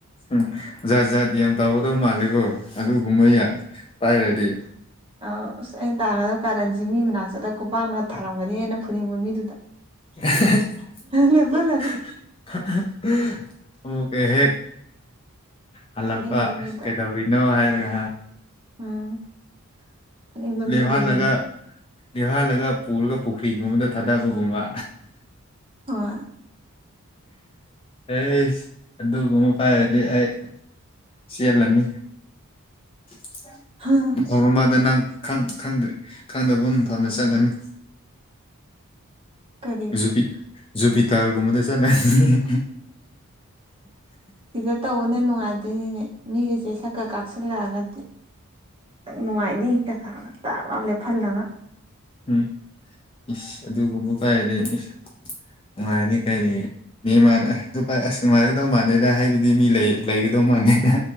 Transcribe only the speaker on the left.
ꯎꯝ ꯖꯥꯠ ꯖꯥꯠ ꯌꯥꯝ ꯇꯥꯎꯒꯗꯕ ꯃꯥꯜꯂꯦꯀꯣ ꯑꯗꯨꯒꯨꯝꯕ ꯌꯥ ꯄꯥꯏꯔꯗꯤ
<unintelligible>
ꯑꯃꯨꯛꯀ ꯍꯦꯛ ꯍꯜꯂꯛꯄ
ꯀꯩꯗꯧꯔ ꯀꯔꯤꯅꯣ ꯍꯥꯏꯔꯒ
ꯂꯦꯍꯜꯂꯒ
ꯂꯦꯍꯜꯂꯒ ꯄꯨꯔꯒ ꯄꯨꯈ꯭ꯔꯤꯒꯨꯝꯕꯗ ꯊꯥꯗꯕꯒꯨꯝꯕ
ꯑꯩꯁ ꯑꯗꯨꯒꯨꯝꯕ ꯄꯥꯏꯔꯗꯤ ꯑꯩ ꯆꯦꯜꯂꯅꯤ <inaudible>
ꯃꯐꯝ ꯑꯃꯗ ꯅꯪ ꯈꯪ ꯈꯪꯗꯕ ꯃꯐꯝꯅ ꯆꯠꯂꯅꯤ
ꯖꯨꯄꯤ ꯖꯨꯄꯤꯇꯥꯔꯒꯨꯝꯕꯗ ꯆꯠꯂꯅꯤ
ꯎꯝ ꯏꯁ ꯑꯗꯨꯒꯨꯝꯕ ꯄꯥꯏꯔꯗꯤ ꯏꯁ ꯅꯨꯡꯉꯥꯏꯅꯤ ꯀꯔꯤ ꯃꯤ ꯃꯥꯥꯅ ꯑꯗꯨ ꯄꯥꯏꯔ ꯑꯁ ꯅꯨꯡꯉꯥꯏꯒꯗꯧ ꯃꯥꯥꯟꯗꯦꯗ ꯍꯥꯏꯕꯗꯤ ꯃꯤ ꯂꯩ ꯂꯩꯒꯗꯧ ꯃꯥꯥꯟꯗꯦꯗ